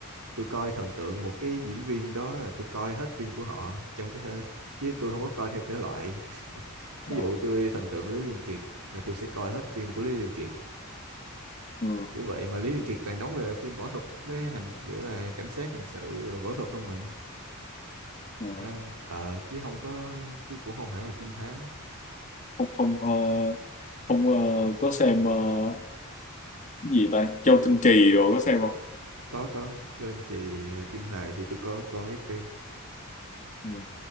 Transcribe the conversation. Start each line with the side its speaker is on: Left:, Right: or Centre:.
Right: tôi coi thần tượng một cái diễn viên đó là tôi coi hết phim của họ trong cái thơ chứ tôi không có coi theo thể loại ví
Left: À.
Right: dụ tôi thần tượng Lý Liên Kiệt là tôi sẽ coi hết phim của Lý Liên Kiệt
Left: Ờ,
Right: kiểu vậy mà Lý Liên Kiệt toàn đóng về phim võ thuật với hành kiểu là cảnh sát hành sự võ thuật không à
Left: ờ,
Right: Ờ, ờ, chứ không có chứ cũng không hẳn là trinh thám
Left: không không ờ, không ờ, có xem uh, gì ta Châu Tinh Trì rồi có xem không
Right: có có cho anh chị ờ, phim hài thì tôi có coi mấy phim
Left: ừ.